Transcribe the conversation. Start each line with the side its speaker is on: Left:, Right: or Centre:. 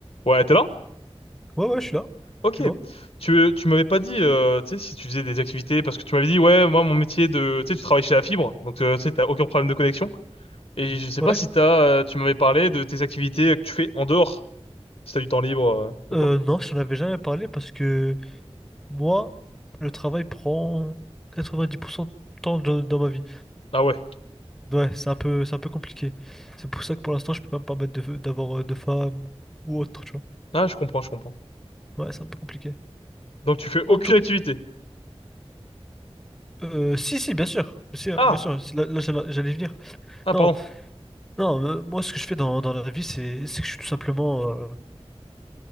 Left: Ouais, t'es là?
Centre: Ouais, ouais, je suis là.
Left: Ok.
Centre: Dis-moi.
Left: Tu, tu m'avais pas dit, euh, tu sais, si tu faisais des activités, parce que tu m'avais dit, ouais, moi, mon métier de, tu sais, tu travailles chez la fibre, donc, euh, tu sais, t'as aucun problème de connexion. Et je sais
Centre: Ouais.
Left: pas si t'as, euh, tu m'avais parlé de tes activités que tu fais en dehors, si t'as du temps libre, euh, ou
Centre: Euh,
Left: quoi.
Centre: non, je t'en avais jamais parlé parce que moi, le travail prend 90% de temps dans, dans ma vie.
Left: Ah ouais.
Centre: Ouais, c'est un peu, c'est un peu compliqué. C'est pour ça que pour l'instant, je peux pas me permettre de- d'avoir euh, de femme ou autre, tu vois.
Left: Ah, je comprends, je comprends.
Centre: Ouais, c'est un peu compliqué.
Left: Donc, tu fais aucune
Centre: En tout
Left: activité.
Centre: cas, euh, si, si, bien sûr. Si, hein,
Left: Ah!
Centre: bien sûr, si, là, là, j'allais j'allais y venir.
Left: Ah,
Centre: Non,
Left: pardon.
Centre: non, euh, moi, ce que je fais dans, dans la vie, c'est c'est que je suis tout simplement euh,